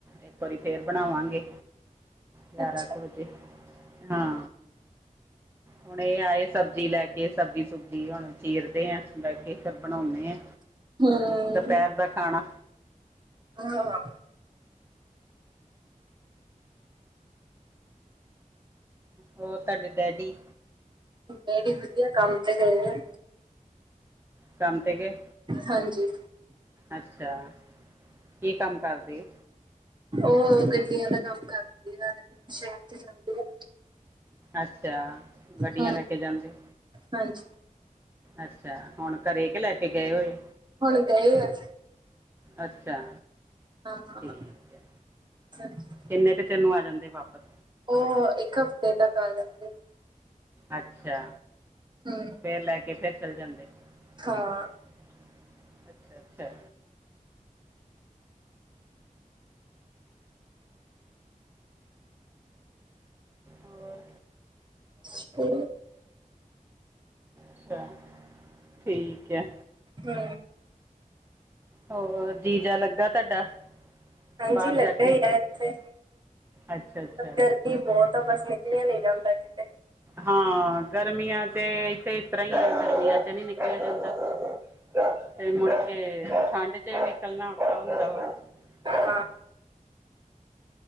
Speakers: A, on the right (about 15°); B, on the right (about 35°).
A: ਇੱਕ ਵਾਰੀ ਫੇਰ ਬਣਾਵਾਂਗੇ ਗਿਆਰਾਂ
B: ਅੱਛਾ
A: ਕੁ ਵਜੇ ਹਾਂ। ਹੁਣ ਇਹ ਆਏ ਸਬਜ਼ੀ ਲੈ ਕੇ ਸਬਜ਼ੀ ਸੁਬਜੀ ਹੁਣ ਚੀਰਦੇ ਆ ਬਹਿ ਕੇ ਫੇਰ ਬਣਾਉਦੇ ਆ।
B: <unintelligible> ਹੂੰ
A: ਦੁਪਹਿਰ ਦਾ ਖਾਣਾ
B: ਹਾਂ।
A: ਹੋਰ ਤੁਹਾਡੇ ਡੈਡੀ
B: ਮੇ ਵਧੀਆ ਕੰਮ ਤੇ ਗਈ ਆ।
A: ਕੰਮ ਤੇ ਗ
B: ਹਾਂਜੀ।
A: ਅੱਛਾ ਕੀ ਕੰਮ ਕਰਦੇ?
B: ਉਹ ਗੱਡੀਆਂ ਦਾ ਕੰਮ ਕਰਦੇ ਆ ਸ਼ਹਿਰ ਤੇ ਜਾਂਦੀ ਆ।
A: ਅੱਛਾ ਗੱਡੀਆਂ
B: ਹਾਂ।
A: ਲੈ ਕੇ ਜਾਂਦੇ।
B: ਹਾਂਜੀ।
A: ਅੱਛਾ ਹੁਣ ਘਰੇ ਕੇ ਲੈ ਕੇ ਗਏ ਹੋਏ।
B: ਹੁਣ ਗਏ ਆ।
A: ਅੱਛਾ
B: ਹਾਂ
A: ਠੀਕ ਐ
B: ਹਾਂਜੀ
A: ਕਿੰਨੇ ਕੇ ਤੈਨੂੰ ਆ ਜਾਂਦੇ ਵਾਪਸ?
B: ਓ ਇੱਕ ਹਫ਼ਤੇ ਤੱਕ ਆ ਜਾਂਨ ਗੇ।
A: ਅੱਛਾ।
B: ਹੂੰ
A: ਫੇਰ ਲੈ ਕੇ ਫੇਰ ਚਲੇ ਜਾਂਦੇ।
B: ਹਾਂ।
A: <unintelligible> ਅੱਛਾ ਅੱਛਾ। ਹੋਰ?
B: ਸ <inaudible>
A: ਅੱਛਾ ਠੀਕ ਐ।
B: ਹੂੰ
A: ਹੋਰ ਜੀ ਜਾ ਲੱਗਾ ਤੁਹਾਡਾ?
B: ਹਾਂਜੀ,
A: ਬਾਹਰ
B: ਲੱਗਾ
A: ਜਾ ਕੇ
B: ਹੀ ਆ, ਇੱਥੇ।
A: ਅੱਛਾ ਅੱਛਾ
B: ਗਰਮੀ ਬਹੁਤ ਆ। ਬਸ ਨਿਕਲਿਆਂ ਨਹੀਂ ਜਾਂਦਾ ਇੱਥੇ ਤੇ।
A: ਹਾਂ, ਗਰਮੀਆਂ ਤੇ ਇਥ ਗਰਾਈਆਂ ਹੀ, ਗਰਮੀਆਂ ਚ ਨਹੀਂ ਨਿਕਲਿਆ ਜਾਂਦਾ, ਮੁ ਤੇ ਠੰਡ ਚ ਹੀ ਨਿਕਲਣਾ ਔਖਾ ਹੁੰਦਾ ਵਾ।
B: ਹਾਂ